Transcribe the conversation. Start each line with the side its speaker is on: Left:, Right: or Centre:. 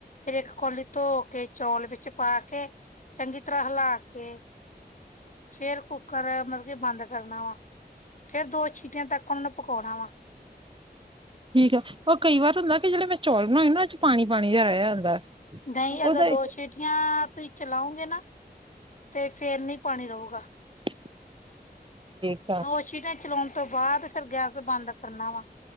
Left: ਫਿਰ ਇੱਕ ਕੋਲੀ ਧੋ ਕੇ ਚੌਲ ਵਿੱਚ ਪਾ ਕੇ, ਚੰਗੀ ਤਰ੍ਹਾਂ ਹਿਲਾ ਕੇ ਫੇਰ ਕੁੱਕਰ ਮਤਲਬ ਕੇ ਬੰਦ ਕਰਨਾ ਵਾ, ਫੇਰ ਦੋ ਛੀਟਿਆਂ ਤੱਕ ਉਹਨਾਂ ਨੂੰ ਪਕਾਉਣਾ ਵਾ।
Right: ਠੀਕ ਆ ਕਈ ਵਾਰ ਹੁੰਦਾ ਜਿਹੜੇ ਮੈਂ ਚੌਲ ਬਣਾਏ ਨਾ। ਉਹ ਚ ਪਾਣੀ-ਪਾਣੀ ਜਿਹਾ ਰਹਿ ਜਾਂਦਾ।
Left: ਨਹੀਂ
Right: ਉਹਦਾ
Left: ਅਗਰ ਦੋ ਸੀਟੀਆਂ ਤੁਸੀਂ ਚਲਾਓਗੇ ਨਾ। ਤੇ ਫੇਰ ਨਹੀਂ ਪਾਣੀ ਰਹੋਗਾ।
Right: ਠੀਕ ਏ।
Left: ਦੋ ਸੀਟੀਆਂ ਚਲਾਉਣ ਤੋਂ ਬਾਅਦ ਫਿਰ ਗੈਸ ਬੰਦ ਕਰਨਾ ਵਾ।